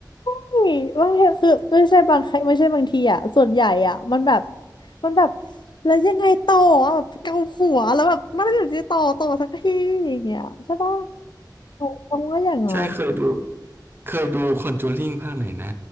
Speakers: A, on the left; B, on the right.
A: เฮ้ยบางทีคือไม่ใช่บางครั้งไม่ใช่บางทีอ่ะส่วนใหญ่อ่ะมันแบบมันแบบแล้วยังไงต่ออะแบบเกาหัวแล้วแบบมันไม่อยากจะต่อต่อสักทีอย่างเงี้ยใช่ปะตองว่าอย่างนั้น
B: ใช่เคยดูเคยดูคอนจูริงภาคไหนนะ